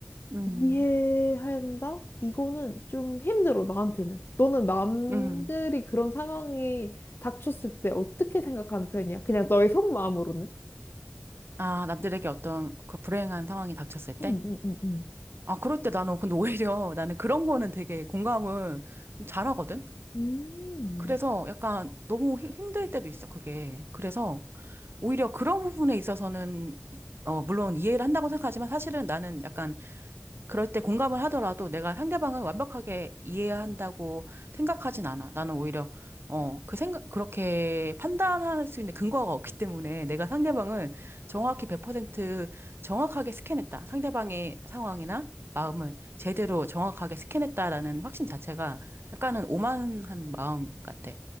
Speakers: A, on the right; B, on the left.
A: 응.
B: 이해한다? 이거는 좀 힘들어 나한테는. 너는 남들이
A: 응.
B: 그런 상황이 닥쳤을 때 어떻게 생각하는 편이야? 그냥 너의 속마음으로는?
A: 아, 남들에게 어떤 그 불행한 상황이 닥쳤을 때?
B: 응, 응, 응, 응.
A: 아, 그럴 때 나는 근데 오히려 나는 그런 거는 되게 공감을 좀 잘하거든?
B: 음.
A: 그래서 약간 너무 힘- 힘들 때도 있어, 그게. 그래서 오히려 그런 부분에 있어서는, 이- 어, 물론 이해를 한다고 생각하지만 사실은 나는 약간 그럴 때 공감을 하더라도 내가 상대방을 완벽하게 이해한다고 생각하진 않아. 나는 오히려, 어, 그 생각, 그렇게 판단할 수 있는 근거가 없기 때문에 내가 상대방을 정확히 100% 정확하게 스캔했다. 상대방의 상황이나 마음을 제대로 정확하게 스캔했다라는 확신 자체가 약간은 오만한 마음 같아.